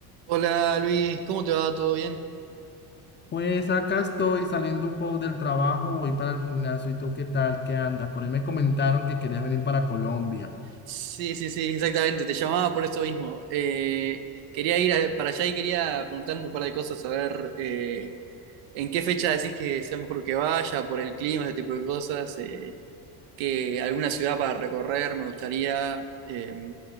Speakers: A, on the right; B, on the left.
A: Hola Luis, ¿cómo te va? ¿Todo bien?
B: Pues acá estoy saliendo un poco del trabajo, voy para el gimnasio. ¿Y tú qué tal? ¿Qué andas? Por ahí me comentaron que querías venir para Colombia.
A: Sí, sí, sí, exactamente, te llamaba por eso mismo. Eh, quería ir a- para allá y quería preguntar un par de cosas, a ver eh, en qué fecha decís que sea mejor que vaya, por el clima, ese tipo de cosas, eh, que alguna ciudad para recorrer me gustaría. eh,